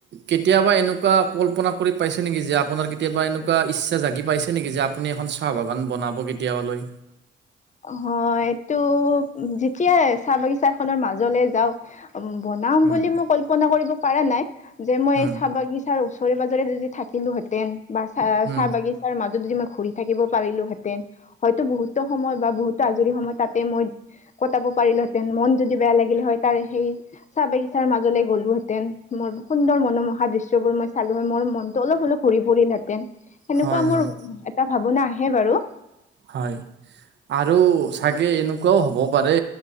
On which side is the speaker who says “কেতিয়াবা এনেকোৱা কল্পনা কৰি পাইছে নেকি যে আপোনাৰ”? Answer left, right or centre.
Right